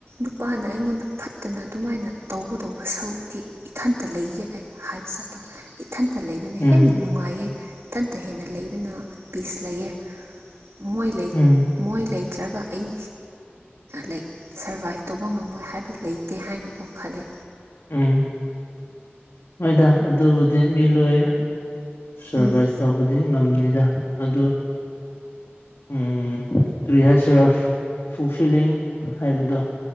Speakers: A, on the right; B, on the left.
A: ꯅꯨꯄꯥꯅ ꯑꯩꯉꯣꯟꯗ ꯐꯠꯇꯅ ꯑꯗꯨꯃꯥꯏꯅ ꯇꯧꯒꯗꯧꯕ ꯁꯔꯨꯛꯇꯤ ꯏꯊꯟꯇ ꯂꯩꯒꯦ ꯑꯩ ꯍꯥꯏꯕ ꯆꯥꯠꯇꯣ ꯏꯊꯟꯇ ꯂꯩꯕꯅ
B: ꯎꯝ ꯎꯝ
A: ꯍꯦꯟꯅ ꯅꯨꯡꯉꯥꯏꯌꯦ ꯇꯟꯇ ꯍꯦꯟꯅ ꯂꯩꯕꯅ ꯄꯤꯁ ꯂꯩꯌꯦ ꯃꯣꯏ ꯂꯩ
B: ꯎꯝ
A: ꯃꯣꯏ ꯂꯩ ꯅꯠꯇ꯭ꯔꯒ ꯑꯩ ꯂꯩ ꯁꯔꯕꯥꯏꯞ ꯇꯧꯕ ꯉꯝꯃꯣꯏ ꯍꯥꯏꯕ ꯂꯩꯇꯦ ꯍꯥꯏꯅꯀꯣ ꯈꯜꯂꯦ
B: ꯎꯝ ꯍꯣꯏꯗ ꯑꯗꯨꯕꯨꯗꯤ ꯃꯤ ꯂꯣꯏ ꯁꯔꯚꯥꯏꯁ
A: ꯎꯝ
B: ꯇꯧꯕꯗꯤ ꯉꯝꯅꯤꯗ ꯑꯗꯨ ꯎꯝ ꯇꯔꯤ ꯍꯥꯏꯁꯔ ꯐꯨꯐꯤꯂꯤꯡ ꯍꯥꯏꯕꯗꯣ